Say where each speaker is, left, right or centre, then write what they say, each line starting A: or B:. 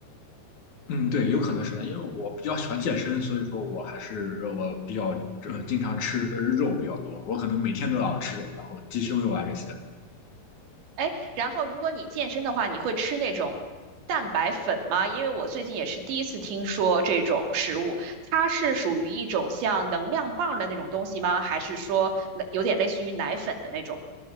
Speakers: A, on the left; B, on the right.
A: 嗯，对，有可能是的，因为我比较喜欢健身，所以说我还是呃我比较呃经常吃呃肉比较多，我可能每天都要吃肉，然后鸡胸肉啊这些。
B: 哎，然后如果你健身的话，你会吃那种蛋白粉吗？因为我最近也是第一次听说这种食物，它是属于一种像能量棒的那种东西吗？还是说类有点类似于奶粉的那种？